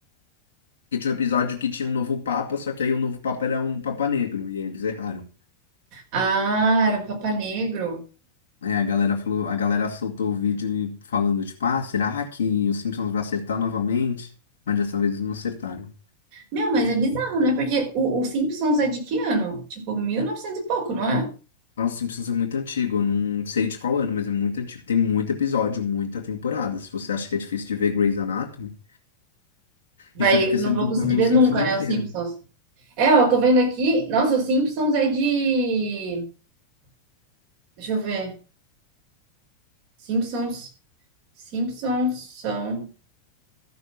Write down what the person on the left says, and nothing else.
Porque tinha um episódio que tinha um novo Papa, só que aí o novo Papa era um Papa negro, e aí eles erraram.
É, a galera falou, a galera soltou o vídeo e- falando, tipo, ah, será que os Simpsons vai acertar novamente? Mas dessa vez eles não acertaram.
Nossa, os Simpsons é muito antigo, eu não sei de qual ano, mas é muito antigo. Tem muito episódio, muita temporada. Se você acha que é difícil de ver Grey's Anatomy,
isso é porque
você não
tem
tentou ver
os Simpsons
inteiro.